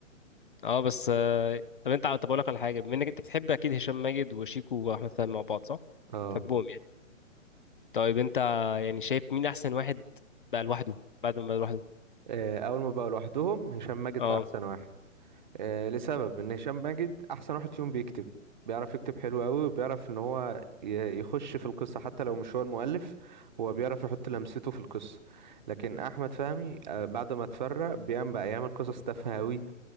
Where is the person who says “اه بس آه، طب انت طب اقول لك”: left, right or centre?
Left